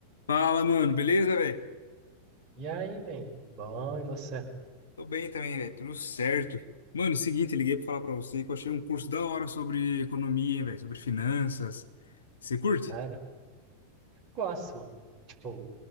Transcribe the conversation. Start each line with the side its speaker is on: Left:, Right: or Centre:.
Left: Fala, mano, beleza, velho?
Right: E aí, man? Bom, e você?
Left: Tô bem também, velho, tudo certo. Mano, seguinte, liguei pra falar pra você que eu achei um curso da hora sobre economia, hein, velho, sobre finanças. Você curte?
Right: Sério? Gosto, mano. Tipo,